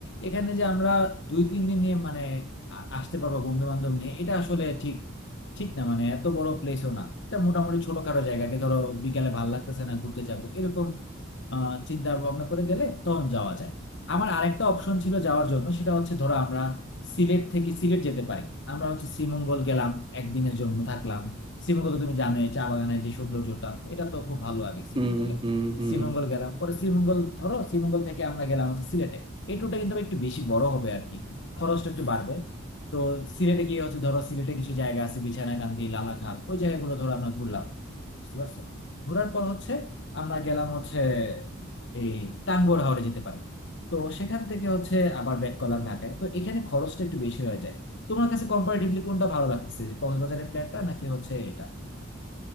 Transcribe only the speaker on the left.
এখানে যে আমরা দুই তিন দিন নিয়ে মানে আ- আসতে পারবো বন্ধু বান্ধব নিয়ে এটা আসলে ঠিক ঠিক না মানে এত বড় প্লেসও না এটা মোটামুটি ছোটখাটো জায়গাকে ধরো বিকালে ভাল লাগতেছে না ঘুরতে যাবো এরকম আহ চিন্তা ভাবনা করে গেলে তখন যাওয়া যায় আমার আরেকটা অপশন ছিল যাওয়ার জন্য সেটা হচ্ছে ধরো আমরা সিলেট থেকে সিলেট যেতে পারি আমরা হচ্ছে শ্রীমঙ্গল গেলাম একদিনের জন্য থাকলাম শ্রীমঙ্গল তো তুমি জানোই চা বাগানের যে সৌন্দর্যটা এটা তো খুব ভালো লাগে শ্রীমঙ্গলে
শ্রীমঙ্গল গেলাম পরে শ্রীমঙ্গল ধরো শ্রীমঙ্গল থেকে আমরা গেলাম হচ্ছে সিলেটে এই ট্যুরটা কিন্তু আবার একটু বেশি বড় হবে আর কি খরচটা একটু বাড়বে তো সিলেটে গিয়ে হচ্ছে ধরো সিলেটে কিছু জায়গা আছে বিছানাকান্দি লালাখাল ওই জায়গাগুলো ধরো আমরা ঘুরলাম বুঝতে পারছো ঘোরার পর হচ্ছে আমরা গেলাম হচ্ছে এই টাঙ্গুয়ার হাওরে যেতে পারি তো সেখান থেকে হচ্ছে আবার ব্যাক করলাম ঢাকায় তো এখানে খরচটা একটু বেশি হয়ে যায় তোমার কাছে কম্পারেটিভলি কোনটা ভালো লাগতেছে কক্সবাজারের প্ল্যানটা নাকি হচ্ছে এটা